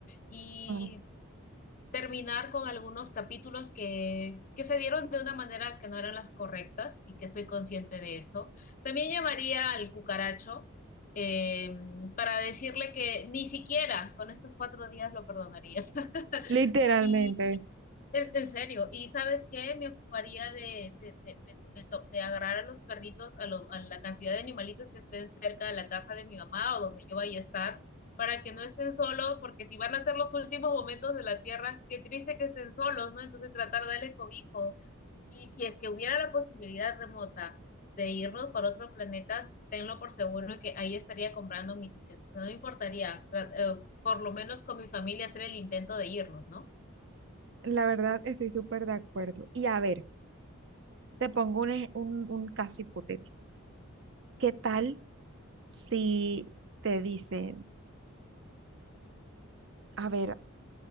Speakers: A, on the left (about 35°); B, on the right (about 55°).
A: Y
B: claro.
A: terminar con algunos capítulos que, que se dieron de una manera que no eran las correctas y que estoy consciente de eso. También llamaría al cucaracho eh, para decirle que ni siquiera con estos cuatro días lo perdonaría. <laughs>
B: Literalmente,
A: Y en, en serio, y ¿sabes qué? Me ocuparía de, de, de, de, de to- de agarrar a los perritos, a, lo- a la cantidad de animalitos que estén cerca de la casa de mi mamá o donde yo vaya a estar, para que no estén solos, porque si van a ser los últimos momentos de la tierra, qué triste que estén solos, ¿no? Entonces tratar de darle cobijo. Y si es que hubiera la posibilidad remota de irnos para otro planeta, tenlo por seguro que ahí estaría comprando mi ticket. No me importaría, tra- eh, por lo menos con mi familia hacer el intento de irnos, ¿no?
B: la verdad estoy súper de acuerdo. Y a ver, te pongo un, ej- un, un caso hipotético. ¿Qué tal si te dicen, a ver,